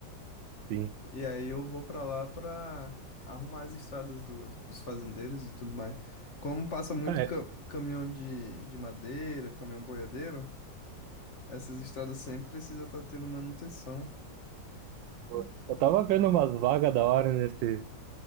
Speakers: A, on the right (about 85°); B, on the left (about 40°).
A: Sim.
B: E aí eu vou pra lá pra arrumar as estradas do- dos fazendeiros e tudo mais. Como passa muito
A: Ah,
B: ca-
A: é,
B: caminhão de, de madeira, caminhão boiadeiro, essas estradas sempre precisam estar tendo manutenção.
A: pô. Eu tava vendo umas vagas da hora nesse